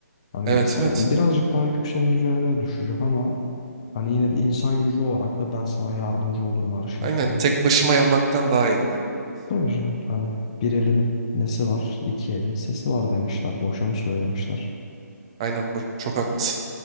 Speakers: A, on the left; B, on the right.
A: Hani
B: Evet
A: sa-
B: evet.
A: birazcık daha yükseğin üzerine düşecek ama hani yine de insan gücü olarak da ben sana yardımcı olurum her şekilde.
B: Aynen tek başıma yanmaktan daha iyidir. Aynen.
A: Tabii canım hani bir elin nesi var, iki elin sesi var demişler. Boşa mı söylemişler?
B: Aynen bu- çok haklısın.